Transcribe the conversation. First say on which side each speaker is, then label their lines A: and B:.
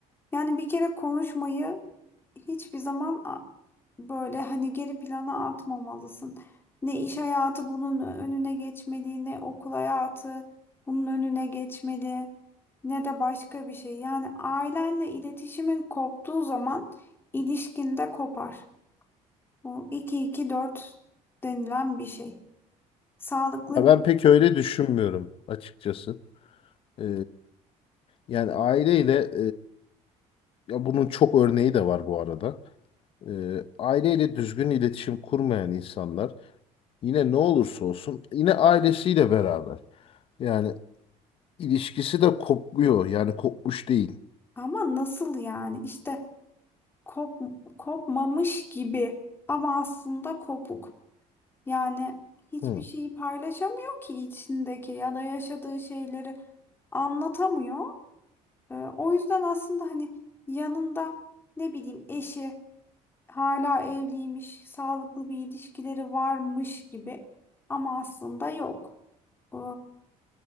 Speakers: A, on the left; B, on the left.
A: Yani bir kere konuşmayı hiçbir zaman a- böyle hani geri plana atmamalısın. Ne iş hayatı bunun önüne geçmeli, ne okul hayatı bunun önüne geçmeli, ne de başka bir şey. Yani ailenle iletişimin koptuğu zaman ilişkin de kopar. Bu iki iki dört denilen bir şey. Sağlıklı
B: Ya ben
A: bir
B: pek öyle düşünmüyorum açıkçası. E, yani aileyle e, ya bunun çok örneği de var bu arada. E, aileyle düzgün iletişim kurmayan insanlar yine ne olursa olsun yine ailesiyle beraber. Yani ilişkisi de kopmuyor. Yani kopmuş değil.
A: ama nasıl yani? İşte Kop, kopmamış gibi ama aslında kopuk. Yani hiçbir
B: Hı.
A: şeyi paylaşamıyor ki içindeki ya da yaşadığı şeyleri anlatamıyor. Ee, o yüzden aslında hani yanında ne bileyim eşi hala evliymiş, sağlıklı bir ilişkileri varmış gibi ama aslında yok. Ee,